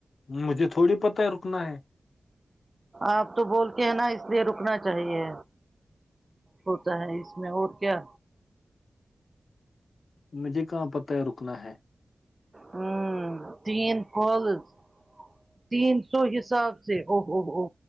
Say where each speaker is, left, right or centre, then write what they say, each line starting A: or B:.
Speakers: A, on the left; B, on the right.
A: مجھے تھوڑی پتہ ہے رکنا ہے
B: اپ تو بول کے ہے نا اس لیے رکنا چاہیے ہوتا ہے اس میں اور کیا
A: مجھے کہاں پتہ ہے رکنا ہے
B: ہوں تین پالز تین سو حساب سے اووو